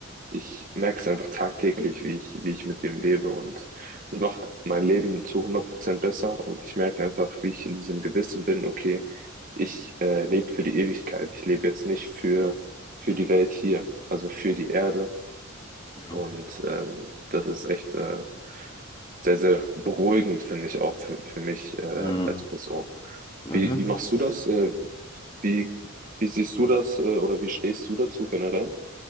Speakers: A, on the right (about 40°); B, on the left (about 20°).
A: ich merke es einfach tagtäglich, wie ich, wie ich mit dem lebe und es macht mein Leben zu hundert Prozent besser und ich merke einfach, wie ich in diesem Gewissen bin, okay, ich äh, lebe für die Ewigkeit, ich lebe jetzt nicht für, für die Welt hier, also für die Erde
B: Ja.
A: und ähm, das ist echt äh, sehr, sehr beruhigend, finde ich auch für, für mich äh,
B: Ja.
A: als Person.
B: Ja,
A: Wie,
B: das
A: wie machst
B: ist.
A: du das? Äh, wie, wie siehst du das äh, oder wie stehst du dazu generell?